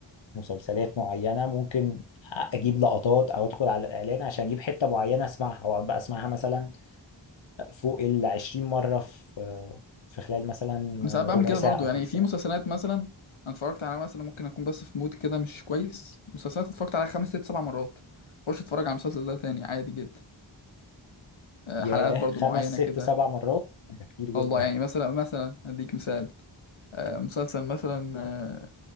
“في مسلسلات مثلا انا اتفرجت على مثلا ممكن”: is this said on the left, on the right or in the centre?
Left